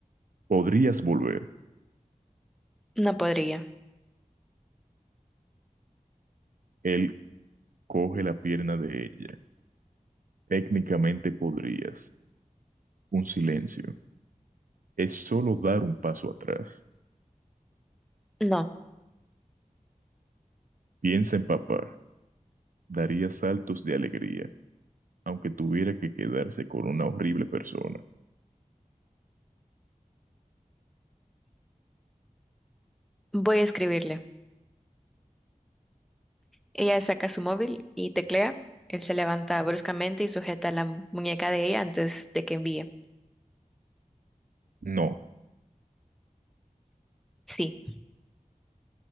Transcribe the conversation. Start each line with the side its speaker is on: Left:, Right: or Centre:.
Right: podrías volver.
Centre: No podría.
Right: Él coge la pierna de ella. Técnicamente podrías. Un silencio. Es solo dar un paso atrás.
Centre: No.
Right: Piensa en papá. Daría saltos de alegría, aunque tuviera que quedarse con una horrible persona.
Centre: Voy a escribirle. Ella saca su móvil y teclea. Él se levanta bruscamente y sujeta la mu- muñeca de ella antes de que envíe.
Right: No.
Centre: Sí,